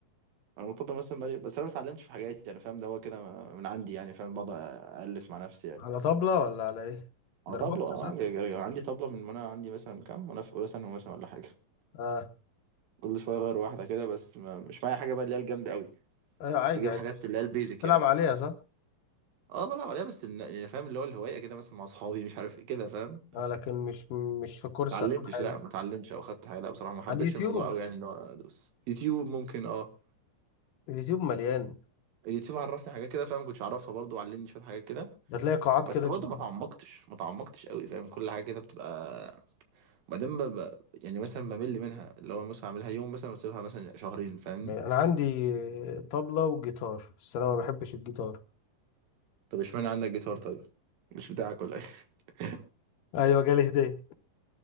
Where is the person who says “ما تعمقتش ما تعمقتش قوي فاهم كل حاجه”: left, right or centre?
Right